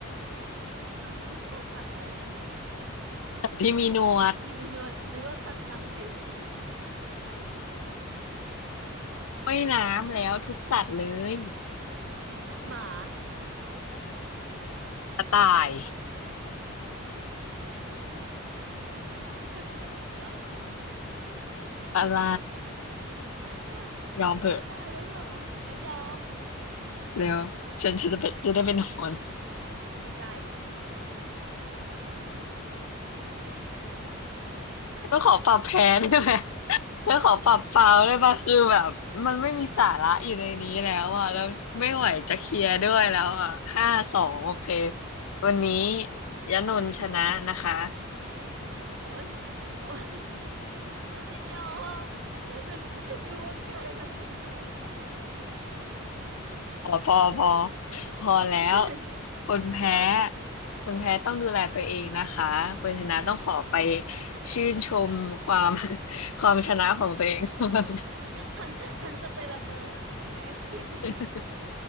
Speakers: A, on the right (about 60°); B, on the left (about 80°).
A: เอะเมื่อกี้บอกสัตว์อะไรนะ
B: สัตว์ที่มีหนวด
A: สัตว์ที่มีหนวดนึกว่าสัตว์น้ำที่มีหนวด
B: ว่ายน้ำแล้วทุกสัตว์เลย
A: หมา
B: กระต่าย
A: แต่กระต่ายกระเต่า
B: อะไร
A: โอ้ย
B: ยอมเถอะ
A: มันกะตายแล้วเหรอไม่ยอม
B: แล้วฉันจะไปจะได้ไปนอน
A: ไก่
B: แล้วขอปรับแพ้ได้ไหม <laughs> แล้วขอปรับฟาวได้ปะคือแบบมันไม่มีสาระอยู่ในนี้แล้วอ่ะแล้วไม่ไหวจะเคลียร์ด้วยแล้วอ่ะห้าสองโอเควันนี้ยะนนท์ชนะนะคะ
A: โอ้ยโอ้ยโอ้ยฉันไม่ยอมแต่ฉันจะไปดูว่าไก่มันมีหนวดไหม
B: พอพอพอ
A: โอ้ย
B: พอแล้ว
A: เหนื่อย
B: คนแพ้
A: เออ
B: คนแพ้ต้องดูแลตัวเองนะคะคนชนะต้องขอไปชื่นชมความ <laughs> ความชนะของตัวเอง <laughs> ก่อน
A: ฉันฉันจะไปละเมอไหมอะคืนนี้
B: <laughs>